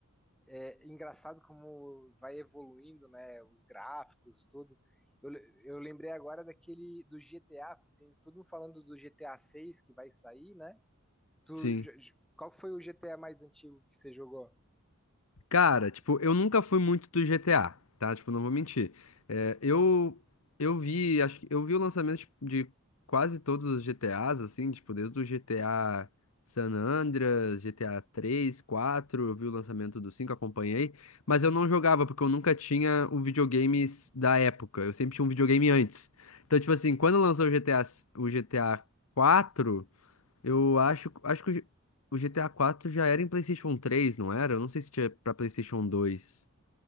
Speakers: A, in the centre; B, on the left.
A: É engraçado como vai evoluindo, né, os gráficos, tudo. Eu, le- eu lembrei agora daquele do GTA, porque tem todo mundo falando do GTA 6 que vai sair, né? Tu,
B: Sim.
A: j- j- qual foi o GTA mais antigo que você jogou?
B: Cara, tipo, eu nunca fui muito do GTA, tá? Tipo, não vou mentir. É, eu, eu vi, acho que eu vi o lançamento tipo, de quase todos os GTAs, assim, tipo, desde o GTA San Andreas, GTA 3 quatro eu vi o lançamento do cinco acompanhei, mas eu não jogava, porque eu nunca tinha o videogame s- da época. Eu sempre tinha um videogame antes. Então, tipo assim, quando lançou o GTA, s- o GTA quatro Eu acho, acho que o G- o GTA 4 já era em PlayStation 3, não era? Eu não sei se tinha pra PlayStation 2,